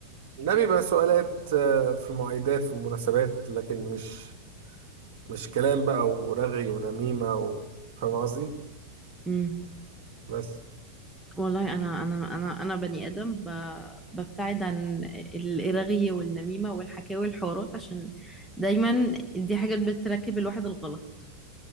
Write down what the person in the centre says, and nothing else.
امم
والله انا انا انا انا بني ادم ب... ببتعد عن الرغي والنميمة والحكاوي والحوارات عشان دايما دي حاجات بتركب الواحد الغلط